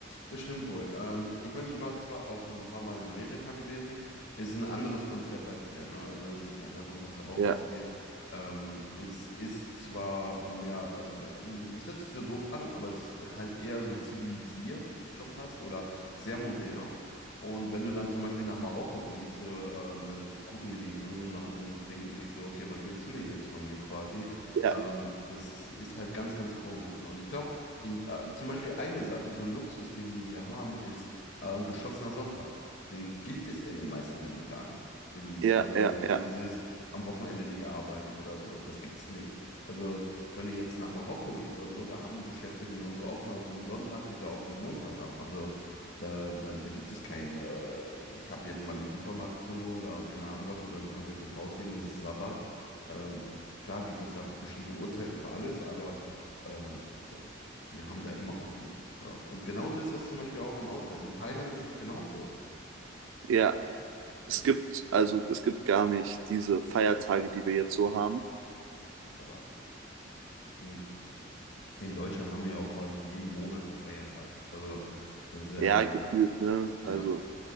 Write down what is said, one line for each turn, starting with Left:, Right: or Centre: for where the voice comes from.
Left: das stimmt wohl. Ähm, ich meine, ich war zwar auch schon ein paar Mal in Amerika gewesen, ist ein anderes Konzept als hier, ne? Also das kann, davon kannst du auch
Right: Ja,
Left: ausgehen. Ähm, es ist zwar mehr, also äh, das hört sich so doof an, aber es ist halt eher so zivilisiert schon fast oder sehr modern. Und wenn du dann zum Beispiel nach Marokko fliegst, so, äh, dann gucken die dich an so nach, und denken sich so, okay, was willst du denn jetzt von mir quasi?
Right: ja,
Left: Ähm, das ist, ist halt ganz, ganz komisch. So. Und ich glaube, in, äh, zum Beispiel eine Sache, so ein Luxus, den wir hier haben, ist äh, geschlossener Sonntag. Den gibt es in den meisten Ländern gar nicht. In,
Right: ja,
Left: also
Right: ja,
Left: so
Right: ja,
Left: dieses am Wochenende nicht arbeiten oder so, das gibt es nicht. Also wenn du jetzt nach Marokko gehst oder so, da haben die Geschäfte genauso offen auf einem Sonntag, wie sie auf einem Montag haben. Also da, da, da gibt es kein, äh, ich habe jetzt mal den Supermarkt zu oder keine Ahnung was, oder du kannst jetzt nicht rausgehen, es ist Sabbat. Ähm, klar gibt es da bestimmte Uhrzeiten für alles, aber... Äh, die haben da immer offen. So. Und genauso ist das zum Beispiel auch im Ausland. In Thailand ist es genauso.
Right: ja. Es
Left: Hm,
Right: gibt, also es gibt gar nicht diese Feiertage, die wir jetzt so haben.
Left: Nicht, aber hm. in Deutschland haben wir ja auch quasi jeden Monat einen Feiertag. Also das ist ja,
Right: Ja, gefühlt, ne?
Left: ja.
Right: Also,